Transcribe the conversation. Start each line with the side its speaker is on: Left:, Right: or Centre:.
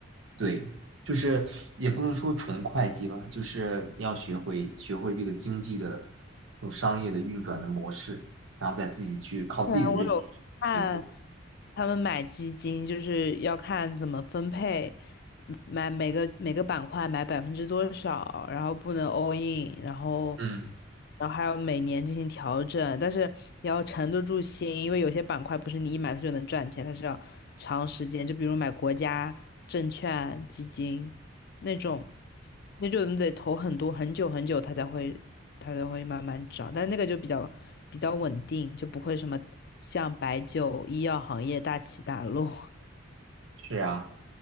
Right: 对，就是也不能说纯会计吧，就是你要学会学会这个经济的这种商业的运转的模式，然后再自己去靠自己的认知去结果。
Left: 对啊，我有看，他们买基金就是要看怎么分配，买每个每个板块买百分之多少，然后不能 all in，然后
Right: 嗯，
Left: 然后还要每年进行调整，但是也要沉得住心，因为有些板块不是你一买它就能赚钱，它是要长时间，就比如买国家证券基金那种。那就你得投很多很久很久，它才会它才会慢慢涨，但那个就比较比较稳定，就不会什么像白酒、医药行业大起大落，
Right: 是啊，